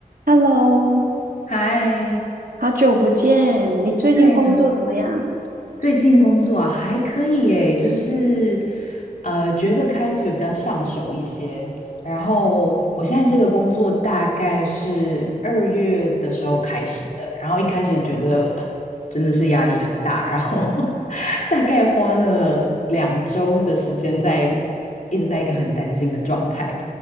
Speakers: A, on the right; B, on the left.
A: Hello，
B: 嗨，
A: 好久不见，你最近工作怎么样？
B: 对呀，最近工作啊还可以诶，就是呃，觉得开始有比较上手一些。然后我现在这个工作大概是二月的时候开始的，
A: <laughs>
B: 然后一开始觉得真的是压力很大，然后 <laughs> 大概花了两周的时间在一直在一个很担心的状态，